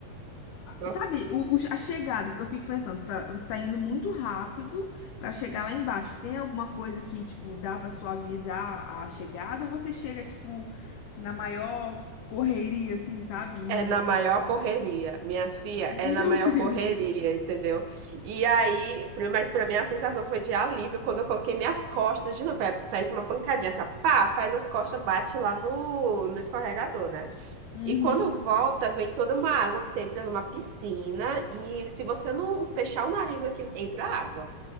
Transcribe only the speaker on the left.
Sabe, o, o- a chegada, porque eu fico pensando, tá, você tá indo muito rápido pra chegar lá embaixo. Tem alguma coisa que, tipo, dá pra suavizar a chegada? Ou você chega, tipo, na maior correria, assim, sabe? E-
<laughs>
Meu
Deus!
Uhum.